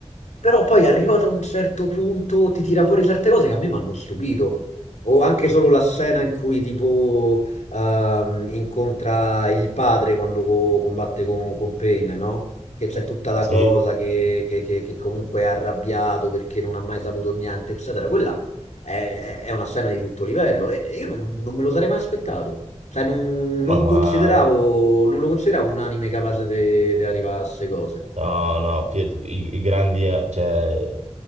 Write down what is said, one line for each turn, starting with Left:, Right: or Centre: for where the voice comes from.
Left: però poi arrivato a un certo punto ti tira fuori certe cose che a me mi hanno stupito. O anche solo la scena in cui tipo ehm, incontra il padre quando co- combatte con, con Pain, no? Che c'è tutta la
Right: sì.
Left: cosa che, che- che- che comunque è arrabbiato perché non ha mai saputo niente, eccetera. Quella è, è una scena di tutto livello e e io non, non me lo sarei mai aspettato. Cioè, non, non
Right: No, ma
Left: consideravo, non lo consideravo un anime capace di arrivare a queste cose.
Right: No, no, fidati, i, i grandi, eh, cioè,